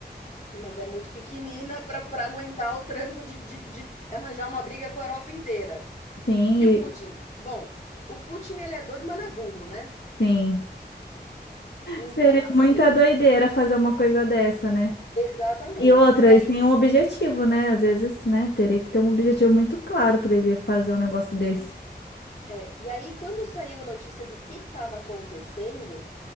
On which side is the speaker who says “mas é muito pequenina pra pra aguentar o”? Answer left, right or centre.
Left